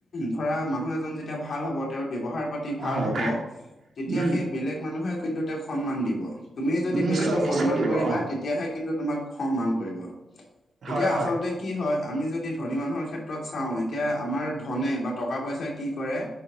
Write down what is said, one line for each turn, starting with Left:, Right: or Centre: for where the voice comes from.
Left: ধৰা মানুহ এজন যেতিয়া ভাল হ'ব তেওঁৰ ব্যৱহাৰ পাতি ভাল
Right: হয়
Left: হব, তেতিয়া
Right: উম
Left: সেই বেলেগ মানুহে কিন্তু তেওঁক সন্মান দিব। তুমি যদি
Right: নিশ্চয়
Left: বেলেগক
Right: নিশ্চয়
Left: সন্মান
Right: দিব
Left: কৰিবা
Right: অ।
Left: তেতিয়াহে কিন্তু তোমাক সন্মান কৰিব। এতিয়া
Right: হয় হয়।
Left: আচলতে কি হয় আমি যদি ধনী মানুহৰ ক্ষেত্ৰত চাও এতিয়া আমাৰ ধনে বা টকা পইচা কি কৰে